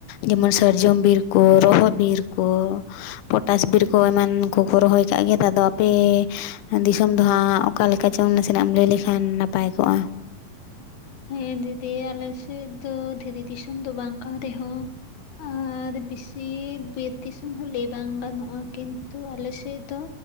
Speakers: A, on the left; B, on the left.
A: ᱡᱮᱢᱚᱱ ᱥᱟᱨᱡᱚᱢ ᱵᱤᱨ ᱠᱚ ᱨᱚᱦᱚ ᱵᱤᱨ ᱠᱚ ᱯᱚᱴᱟᱥ ᱵᱤᱨ ᱠᱚ ᱮᱢᱟᱱ ᱠᱚᱠᱚ ᱨᱚᱦᱚᱭ ᱠᱟᱜ ᱜᱮ ᱟᱫᱚ ᱟᱯᱮ ᱫᱤᱥᱚᱢ ᱫᱚ ᱦᱟᱸᱜ ᱚᱠᱟ ᱞᱮᱠᱟ ᱪᱚᱝ ᱱᱟᱥᱮᱱᱟᱜ ᱮᱢ ᱞᱟᱹᱭ ᱞᱮᱠᱷᱟᱱ ᱱᱟᱯᱟᱭ ᱠᱚᱜᱼᱟ ᱾
B: ᱦᱮᱸ ᱫᱤᱫᱤ ᱟᱞᱮ ᱥᱮᱫ ᱫᱚ ᱫᱷᱤᱨᱤ ᱫᱤᱥᱚᱢ ᱫᱚ ᱵᱟᱝ ᱠᱟᱱ ᱨᱮᱦᱚᱸ ᱟᱸᱻ ᱟᱨ ᱵᱤᱥᱤ ᱵᱤᱨ ᱫᱤᱥᱚᱢ ᱦᱚᱸ ᱞᱟᱹᱭ ᱵᱟᱝ ᱜᱟᱱᱚᱜᱼᱟ ᱠᱤᱱᱛᱩ ᱟᱞᱮᱥᱮᱫ ᱫᱚ